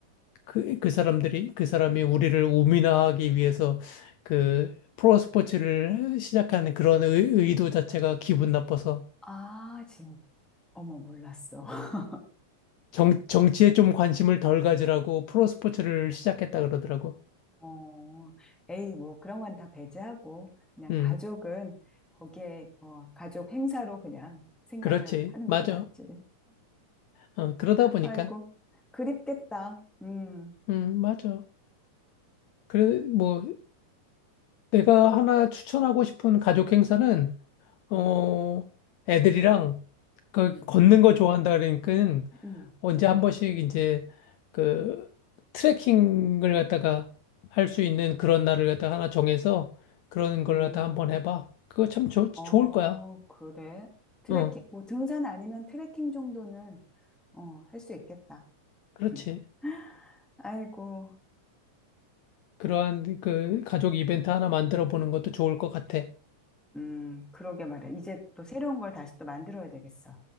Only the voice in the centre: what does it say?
아, 진, 어머, 몰랐어. <laughs>
어, 에이, 뭐, 그런 건 다 배제하고, 그냥
가족은 거기에, 어, 가족 행사로 그냥 생각을
하는
것도 낫지.
아이고, 그립겠다. 음,
음,
음,
음,
음,
음.
어,
그래? 트레킹,
뭐 등산 아니면 트레킹 정도는 어, 할 수 있겠다.
<laughs> 아이고,
음, 그러게 말이야. 이제 또 새로운 걸 다시 또 만들어야 되겠어.